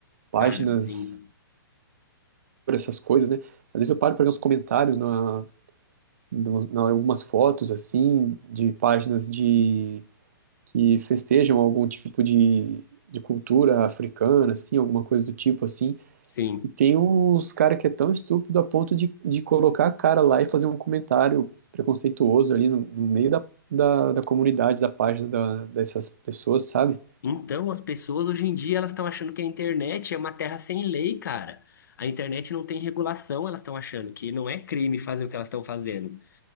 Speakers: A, on the right; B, on the left.
A: páginas
B: Cara, sim,
A: por essas coisas, né? Às vezes eu paro para ver uns comentários na, no- na algumas fotos assim de páginas de que festejam algum tipo de, de cultura africana, assim, alguma coisa do tipo assim.
B: sim.
A: E tem uns cara que é tão estúpido a ponto de, de colocar a cara lá e fazer um comentário preconceituoso ali no, no meio da, da, da comunidade, da página da, dessas pessoas, sabe?
B: Então, as pessoas hoje em dia elas estão achando que a internet é uma terra sem lei, cara. A internet não tem regulação, elas estão achando que não é crime fazer o que elas estão fazendo.